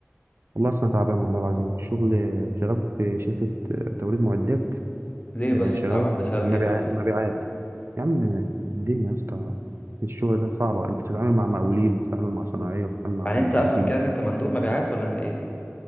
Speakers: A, on the right (about 60°); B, on the left (about 30°).
A: والله اصلا تعبان والله العظيم الشغل شغال في شركه توريد معدات
B: ليه
A: آه،
B: بس
A: شغال
B: تعبان بسبب
A: مبيعات
B: ايه بقى فيها
A: مبيعات يا عم الدنيا يا اسطى في الشغل ده صعبه انت بتتعامل مع مقاولين وبتتعامل مع صناعيه وبتتعامل مع
B: يعني
A: ميكانيكيين
B: انت افهم كده ان انت مندوب مبيعات ولا انت ايه